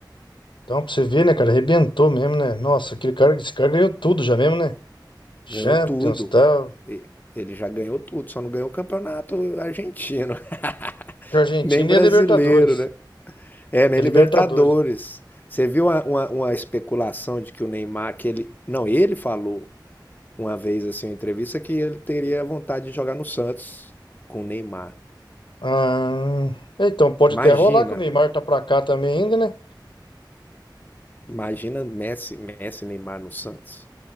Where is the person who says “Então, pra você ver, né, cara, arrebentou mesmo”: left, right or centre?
Left